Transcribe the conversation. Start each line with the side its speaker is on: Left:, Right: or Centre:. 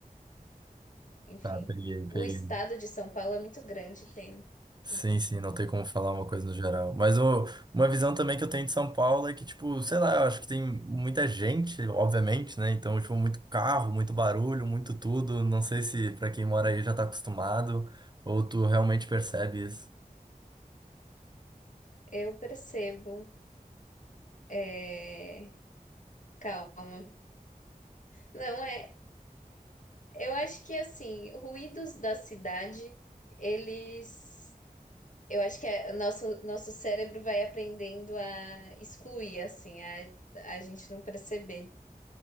Left: enfim.
Right: tá, peguei, peguei.
Left: O estado de São Paulo é muito grande, tem, enfim.
Right: Sim, sim, não tem como falar uma coisa no geral. Mas ô, uma visão também que eu tenho de São Paulo é que, tipo, sei lá, eu acho que tem muita gente, obviamente, né? Então, tipo, muito carro, muito barulho, muito tudo. Não sei se pra quem mora aí já tá acostumado, ou tu realmente percebe isso.
Left: Eu percebo. É... Calma. Não é. Eu acho que assim, ruídos da cidade, eles, eu acho que é- o nosso nosso cérebro vai aprendendo a excluir assim, a, a gente não perceber.